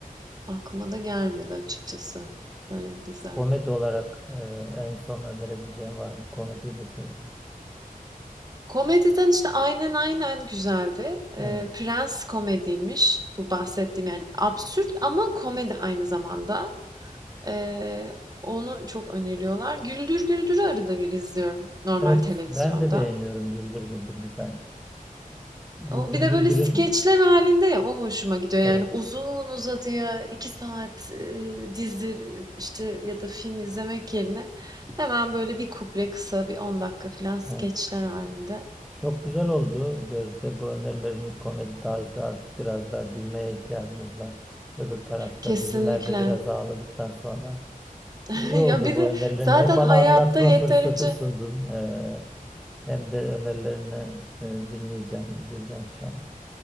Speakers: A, on the right; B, in the centre.
A: Aklıma da gelmedi açıkçası. Böyle bir dizi.
B: Komedi olarak e, en son önerebileceğin var mı? Komediyi de severim.
A: Komediden işte Aynen Aynen güzeldi. Ee,
B: Evet.
A: Prens komediymiş bu bahsettiğim yani absürt ama komedi aynı zamanda. Ee, onu çok öneriyorlar. Güldür Güldür'ü arada bir izliyorum normal
B: Evet,
A: televizyonda.
B: ben de beğeniyorum Güldür Güldür güzel. Güldür
A: O bir de
B: Güldür'ün
A: böyle skeçler halinde ya o hoşuma gidiyor. Yani
B: evet.
A: uzun uzadıya iki saat e, dizi işte ya da film izlemek yerine hemen böyle bir kuple kısa bir 10 dakika falan skeçler
B: Evet.
A: halinde.
B: Çok güzel oldu Gözde. Bu önerilerin komedi tarzı artık biraz daha gülmeye ihtiyacımız var. Öbür tarafta
A: Kesinlikle
B: dizilerde biraz ağladıktan sonra
A: <laughs>
B: İyi oldu
A: Ya bizi
B: bu önerilerini.
A: zaten
B: Hem bana
A: hayatta
B: anlatma
A: yeterince
B: fırsatı sundun, eee, hem de önerilerini eee, dinleyeceğim, izleyeceğim inşallah.